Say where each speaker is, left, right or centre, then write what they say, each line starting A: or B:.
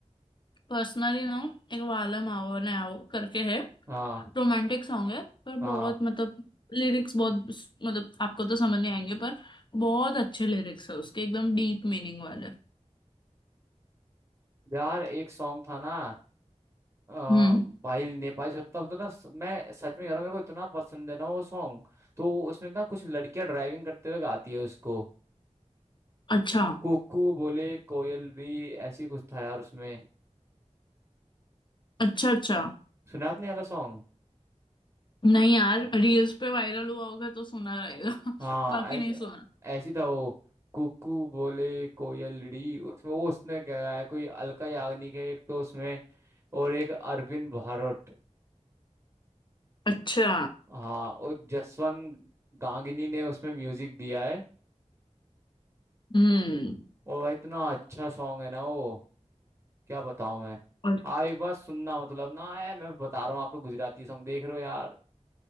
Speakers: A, on the left; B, on the right.
A: पर्सनली ना एक वालम आओ ने आओ करके है
B: हाँ
A: रोमांटिक सॉन्ग है पर
B: हाँ
A: बहुत मतलब लिरिक्स बहुत मतलब आपको तो समझ नहीं आएंगे पर बहुत अच्छे लिरिक्स है उसके एकदम डीप मीनिंग वाले
B: यार एक सॉन्ग था ना अ,
A: हम्म
B: भाई नेपाली सत्ता पता ना स- मैं सच में कह रहा हूँ मेरे को इतना पसंद है ना वो सॉन्ग तो उसमें ना कुछ लड़कियां ड्राइविंग करते हुए गाती है उसको
A: अच्छा
B: कुकू बोले कोयल री ऐसी कुछ था यार उसमें
A: अच्छा अच्छा
B: सुना आपने ये वाला सॉन्ग
A: नहीं यार रील्स पे वायरल हुआ होगा तो सुना रहेगा
B: हाँ
A: <laughs> बाकी
B: ऐसे
A: नहीं सुना
B: ऐसी था वो कुकू बोले कोयल री उसमें वो उसने क्या गाया है कोई अलका याग्निक है एक तो उसमें और एक अरविंद भारोट
A: अच्छा
B: हाँ और जसवंत गांगनी ने उसमें म्यूजिक दिया है
A: हम्म
B: और भाई इतना अच्छा सॉन्ग है ना वो क्या बताऊं मैं
A: और-
B: आप एक बार सुनना मतलब ना है मैं बता रहा हूँ आपको गुजराती सॉन्ग देख रहे हो यार